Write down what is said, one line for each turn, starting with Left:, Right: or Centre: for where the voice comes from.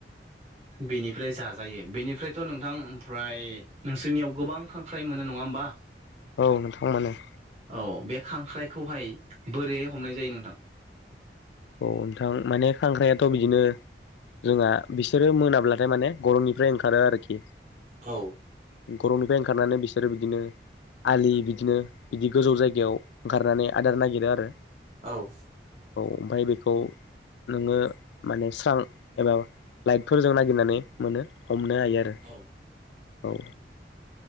Right: बेनिफ्राय जाजायो बेनिफ्रायथ' नोंथां ओमफ्राय नोंसोरनियाव गोबां खां ख्राय मोनो नङा होमबा
Left: औ नोंथां मोनो
Right: औ बे खांख्राइखौहाय बोरैहाय हमनाय जायो नोंथां
Left: औ नोंथां माने खांख्राइआथ' बिदिनो जोंहा बिसोरो मोनाब्लाथाय माने गरंनिफ्राय ओंखारो आरोखि
Right: औ
Left: गरंनिफ्राय ओंखारनानै बिसोरो बिदिनो आलि बिदिनो बिदि गोजौ जायगायाव ओंखारनानै आदार नागिरो आरो
Right: औ
Left: ओमफाय बेखौ नोङो माने स्रां एबा लाइटफोरजों नागिरनानै मोनो हमनो हायो आरो
Right: औ
Left: औ